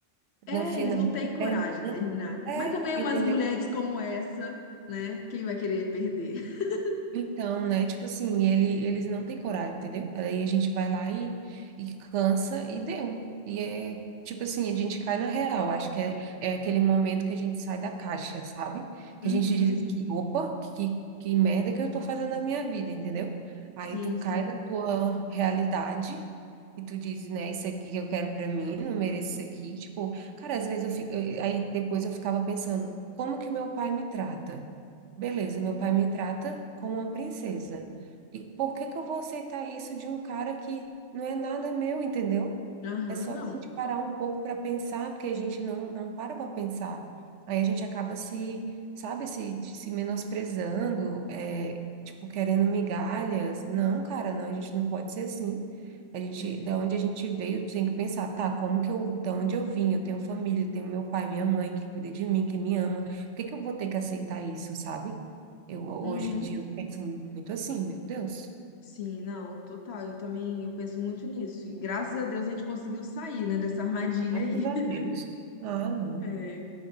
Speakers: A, on the left (about 65°); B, on the right (about 75°).
A: É,
B: No final,
A: eles não têm
B: quem
A: coragem
B: termina
A: de terminar, né?
B: é,
A: Mas também umas
B: entendeu?
A: mulheres como essa, né? Quem vai querer perder? <laughs>
B: Então, né? Tipo assim, ele, eles não têm coragem, entendeu? Aí a gente vai lá e, e cansa e deu. E é tipo assim, a gente cai na real. Acho que é, é aquele momento que a gente sai da caixa, sabe? Que
A: Uhum,
B: a gente diz assim que, opa, que, que merda que eu tô fazendo na minha vida, entendeu? Aí
A: sim,
B: tu cai
A: sim.
B: na tua realidade e tu diz, né, isso aqui que eu quero pra mim, não mereço isso aqui. Tipo, cara, às vezes eu fico, eu- aí depois eu ficava pensando, como que o meu pai me trata? Beleza, meu pai me trata como uma princesa. E por que que eu vou aceitar isso de um cara que não é nada meu, entendeu?
A: Aham,
B: É só
A: não.
B: a gente parar um pouco para pensar, porque a gente não, não para para pensar. Aí a gente acaba se, sabe, se, se menosprezando, é, tipo, querendo migalhas. Não, cara, não, a gente não pode ser assim. A gente,
A: É.
B: da onde a gente veio, tem que pensar, tá, como que eu, da onde eu vim? Eu tenho família, eu tenho meu pai, minha mãe que cuida de mim, que me ama que que eu vou ter que aceitar isso, sabe? Eu, hoje
A: Uhum.
B: em dia, eu penso muito assim, meu Deus,
A: Sim, não, total. Eu também, eu penso muito nisso. E graças a Deus a gente conseguiu sair, né, dessa armadilha
B: graças
A: aí.
B: a
A: <laughs>
B: Deus. Ah, não.
A: É.